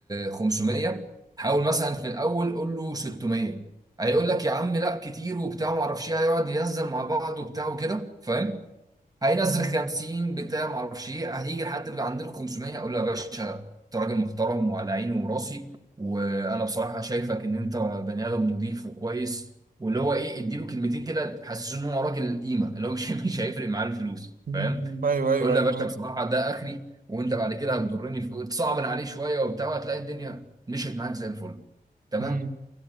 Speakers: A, on the right; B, on the right.
A: 500 حاول مثلا في الاول قول له 600 هيقول لك يا عم لا كتير وبتاع ما اعرفش ايه هيقعد يهزر مع بعض وبتاع وكده فاهم هينزل
B: مم.
A: 50 بتاع ما اعرفش ايه هيجي لحد عند ال 500 اقول له يا باشا انت راجل محترم وعلى عيني وراسي وانا بصراحه شايفك ان انت بني ادم نضيف وكويس واللي هو ايه اديله كلمتين كده تحسسه ان هو راجل قيمه اللي هو مش <laughs> مش هيفرق معاه الفلوس
B: مم.
A: فاهم
B: ايوه ايوه
A: اقول
B: ايوه
A: له يا باشا بصراحه ده اخري وانت بعد كده هتضرني في تصعبن عليه شويه وبتاع وهتلاقي الدنيا مشيت معاك زي الفل تمام
B: امم